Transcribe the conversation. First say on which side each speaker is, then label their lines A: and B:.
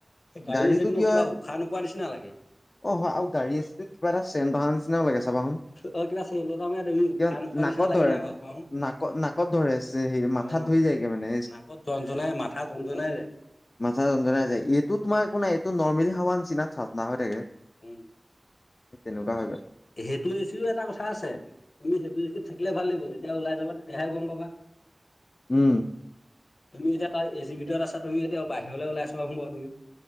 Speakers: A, on the left; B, on the left.
A: গাড়ী
B: গাড়ীতটো
A: এচিত মোৰ
B: কি
A: কিবা
B: হয়
A: উশাহ নোপোৱা নিচিনা লাগে
B: অ হয় আৰু গাড়ী আছেত কিবা এটা চেন চাবাহোন
A: অ কিবা চেণ্ট এটা মাৰা তুমি উশাহ
B: কিয়
A: নোপোৱা
B: নাকত
A: নিচিনা লাগে
B: ধৰে
A: নাই বাৰু কোৱাচোন
B: নাকত নাকত ধৰে স মাথা
A: অ
B: ধুই মানে
A: নাকত জনজনাই মাথা জনজনাই যায়
B: মাথা ৰন্ধনা এইটো তোমাৰ একো নাই এইটো নৰ্মেলি হাৱান চিনাত চা না হৈ থাকে
A: উম
B: তেনেকুৱা হৈ গ'ল
A: সেইটো এচিও এটা কথা আছে তুমি সেইটো থাকিলে ভাল লাগিব যেতিয়া ওলাই যাবা তেতিয়াহে গম পাবা
B: উম
A: তুমি এতিয়া তাত এ চিৰ ভিতৰত আছা তুমি এতিয়া বাহিৰলৈ ওলাইছা সমা তুমি